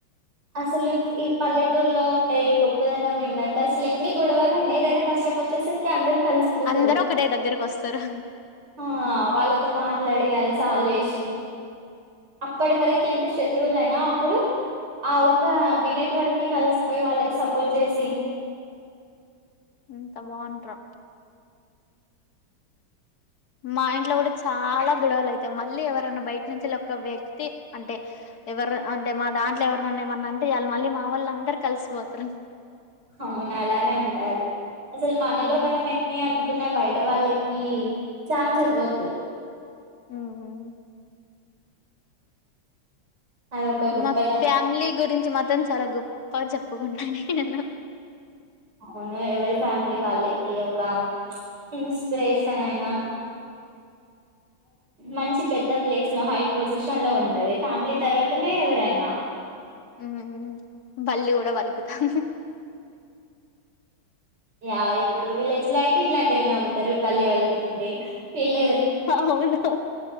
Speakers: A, on the right (about 55°); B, on the left (about 45°).
A: అసలు ఈ పల్లెటూరులో ఉండే గొప్పదనం ఏంటంటే అసలు ఎన్ని గొడవలనా ఏదైనా కష్టం వచ్చేసరికి అందరు కలిసిపోతారు
B: అందరు ఒకటే దగ్గరకు వస్తారు
A: ఆ వాళ్ళతో మాట్లాడి అది సాల్వ్ చేేసి అప్పటి వరకు ఎంత శత్రువులయినా అప్పుడు ఆ ఒక్క మినిట్ వరకి కలిసిపోయి వాళ్ళకి సపోర్ట్ చేసి
B: ఎంత బాగుంటరో మా ఇంట్లో కూడా చాలా గొడవలు అయితాయి మళ్ళీ ఎవరనా బయట నుంచి ఒక వ్యక్తి అంటే ఎవరు అంటే మా దాంట్లో ఎవరినన్నా ఏమన్నా అంటే చాలు మా వాళ్ళు అందరు కలిసిపోతారు
A: అవును అలానే ఉండాలి అసలు మనలో
B: ఉమ్
A: మనం ఎన్ని అన్ అనుకున్న బయట వాళ్ళకి ఛాన్స్ ఇవ్వద్దు
B: ఉమ్
A: అదొక గొప్పదనం
B: మా ఫ్యామిలీ గురించి మాత్రం చాలా గొప్ పర్ చెప్పుకుంటా నేను
A: అవును ఎవరి ఫ్యామిలీ వాళ్ళకి ఒక ఇన్స్పిరేషన్ అయినా మంచి పెద్ద ప్లేస్ లో హై పొజిషన్ లో ఉంటుంది ఫ్యామిలీ తర్వాతనే ఎవరైనా
B: ఊ బళ్లి కూడా పలుకుతాం
A: యా ఇప్పుడు విలేజ్ లో అయితే ఇట్లాంటివి నమ్ముతారు బళ్లి పలుకుతుంది వీల
B: అవును